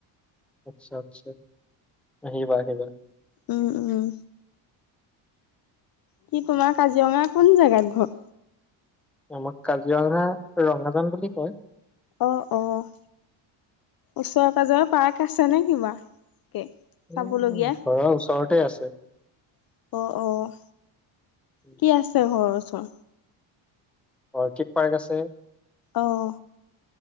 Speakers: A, in the centre; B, on the left (about 50°).
A: আচ্ছা, আচ্ছা আহিবা আহিবা।
B: উম, উম। কি তোমাৰ কাজিৰঙা কোন জেগাত ঘৰ।
A: আমাক কাজিৰঙা ৰঙাজান বুলি কয়।
B: অ', অ' ওচৰে পাজৰে পাৰ্ক আছে নে কিবা? কে চাবলীয়া
A: উম
B: অ',
A: ঘৰৰ ওচৰতে আছে
B: অ
A: উম,
B: কি আছে ঘৰৰ ওচ <unintelligible>
A: অৰ্কিড পাৰ্ক আছে।
B: অঅ।